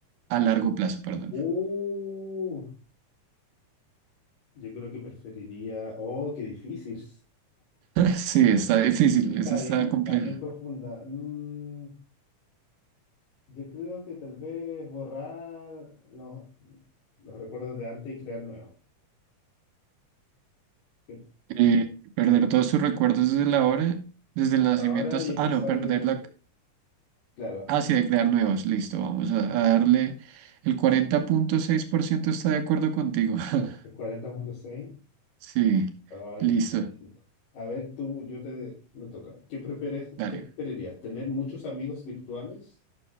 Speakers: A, on the right; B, on the left.
A: a largo plazo, perdón?
B: Uh,
A: <laughs>
B: yo creo que preferiría. Oh, qué difícil.
A: Sí, está difícil,
B: Está
A: eso está
B: bien,
A: complejo.
B: está bien profunda. Mm, yo creo que tal vez borrar los, los recuerdos de antes y crear nuevos. Que-
A: Eh, perder todos tus recuerdos desde la hora, desde el nacimiento
B: Ahora
A: hasta...
B: y empezar
A: Ah, no, perder
B: de.
A: la...
B: Claro,
A: Ah, sí, de crear nuevos. Listo, vamos a, a darle... El cuarenta punto seis por ciento está de acuerdo contigo. <laughs>
B: 40.6.
A: Sí,
B: Ay,
A: listo.
B: te felicito. A ver, tú, yo te, me toca. ¿Qué prefieres,
A: Dale.
B: qué preferirías? ¿Tener muchos amigos virtuales